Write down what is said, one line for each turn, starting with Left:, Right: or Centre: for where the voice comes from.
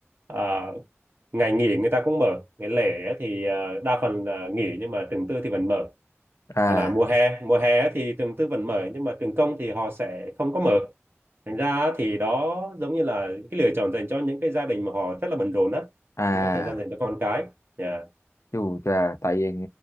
Right: à, ngày nghỉ người ta cũng mở. Ngày lễ á, thì à, đa phần là nghỉ nhưng mà trường tư thì vẫn mở.
Left: à
Right: Hoặc là mùa hè, mùa hè á, thì trường tư vẫn mở nhưng mà trường công thì họ sẽ không có mở thành ra á, thì đó giống như là cái lựa chọn dành cho những cái gia đình mà họ rất là bận rộn á
Left: à.
Right: không có thời gian dành cho con cái nhà
Left: Chù chà, tại vì